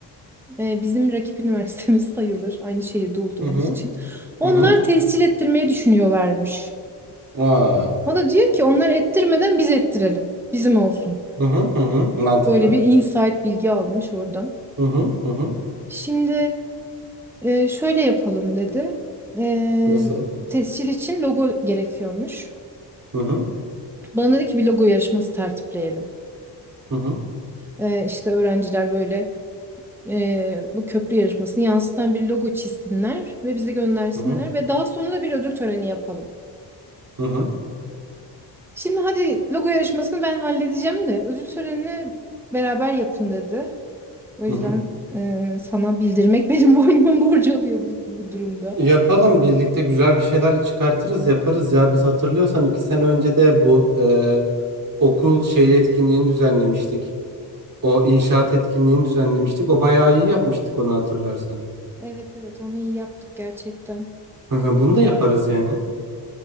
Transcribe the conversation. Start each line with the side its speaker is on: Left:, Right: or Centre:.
Centre: eee, bizim rakip <laughs> üniversitemiz sayılır. Aynı şehirde olduğumuz
Right: hı hı
Centre: için. Onlar
Right: hı hı.
Centre: tescil ettirmeyi düşünüyorlarmış.
Right: Aa.
Centre: O da diyor ki onlar ettirmeden biz ettirelim. Bizim olsun.
Right: Hı hı hı hı. Mantıklı.
Centre: Öyle bir insight bilgi almış oradan.
Right: Hı hı hı hı.
Centre: Şimdi e, şöyle yapalım dedi. E,
Right: Nasıl?
Centre: tescil için logo gerekiyormuş.
Right: Hı hı
Centre: Bana dedi ki bir logo yarışması tertipleyelim.
Right: hı hı
Centre: E, işte öğrenciler böyle e, bu köprü yarışmasını yansıtan bir logo çizsinler ve bize göndersinler
Right: hı hı
Centre: ve daha sonra da bir ödül töreni yapalım.
Right: hı hı.
Centre: Şimdi hadi logo yarışmasını ben halledeceğim de ödül törenini beraber yapın dedi. O yüzden
Right: hı hı.
Centre: e, sana bildirmek <laughs> benim boynumun borcu oluyor bu, bu durumda.
Right: Yapalım birlikte güzel bir şeyler çıkartırız yaparız ya. Biz hatırlıyorsan iki sene önce de bu e, okul şey etkinliğini düzenlemiştik. O inşaat etkinliğini düzenlemiştik. O bayağı iyi yapmıştık onu hatırlarsan.
Centre: Evet evet onu iyi yaptık gerçekten.
Right: Hı hı, Bunu
Centre: Ya
Right: da yaparız yani.